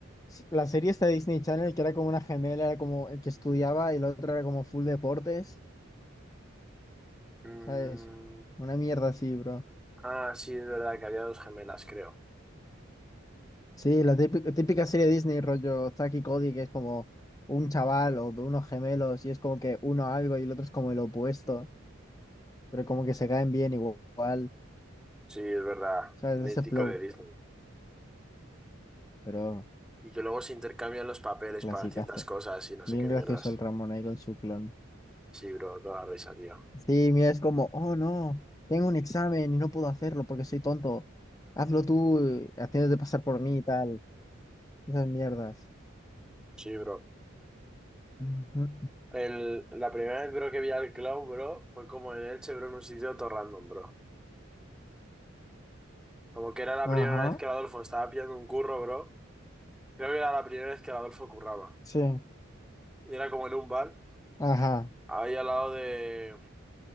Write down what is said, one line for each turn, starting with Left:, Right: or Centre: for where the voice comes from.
Left: s- La serie esta de Disney Channel, que era como una gemela, era como el que estudiaba y la otra era como full deportes,
Centre: Mm,
Left: ¿sabes? Una mierda así, bro.
Centre: Ah, sí, es verdad que había dos gemelas, creo.
Left: Sí, la típica, típica serie de Disney, rollo Zack y Cody, que es como un chaval o de unos gemelos y es como que uno algo y el otro es como el opuesto, pero como que se caen bien igual,
Centre: Sí, es verdad.
Left: ¿sabes?
Centre: Mítico
Left: De ese flow,
Centre: de Disney.
Left: pero
Centre: Y que luego se intercambian los papeles
Left: clasicazo.
Centre: para ciertas cosas y no
Left: Bien
Centre: sé qué
Left: gracioso
Centre: mierdas.
Left: el Ramón ahí con su clon.
Centre: Sí, bro, toda la risa, tío.
Left: Sí, mira, es como, oh no, tengo un examen y no puedo hacerlo porque soy tonto. Hazlo tú, eh, haciéndote pasar por mí y tal. Esas mierdas.
Centre: Sí, bro.
Left: Ujú.
Centre: El, la primera vez, bro, que vi al Clown, bro, fue como en Elche, bro, en un sitio todo random, bro. Como que era la
Left: Ajá,
Centre: primera vez que el Adolfo estaba pillando un curro, bro. Creo que era la primera vez que el Adolfo curraba.
Left: sí,
Centre: Y era como en un bar,
Left: ajá,
Centre: ahí al lado de,